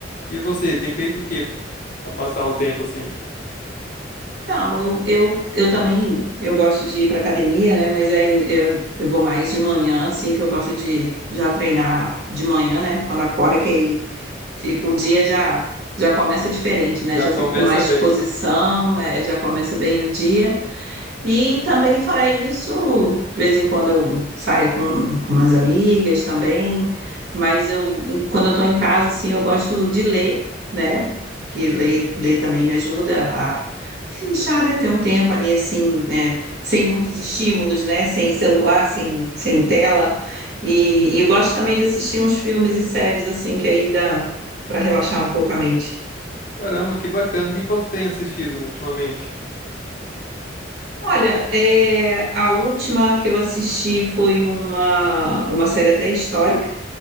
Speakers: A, on the left; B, on the right.
A: E você, tem feito o quê pra passar o tempo assim?
B: Então, eu, eu, eu também eu gosto de ir para academia, né? Mas aí eu, eu vou mais de manhã, assim, que eu gosto de já treinar de manhã, né? Quando acorda, que aí fica, o dia já, já começa diferente,
A: Já
B: né? Já
A: começa
B: fico com mais
A: bem,
B: disposição,
A: né?
B: é, já começa bem o dia. E também, fora isso, de vez em quando eu saio com, com umas amigas também, mas eu, em- quando eu estou em casa, assim, eu gosto de ler, né? Que ler, ler também me ajuda a relaxar, né? Ter um tempo ali, assim, né? Sem muitos estímulos, né? Sem celular, sem, sem tela. E, e eu gosto também de assistir uns filmes e séries, assim, que aí dá para relaxar um pouco a mente.
A: Caramba, que bacana. O que que você tem assistido ultimamente
B: Olha, é, a última que eu assisti foi uma, uma série até histórica,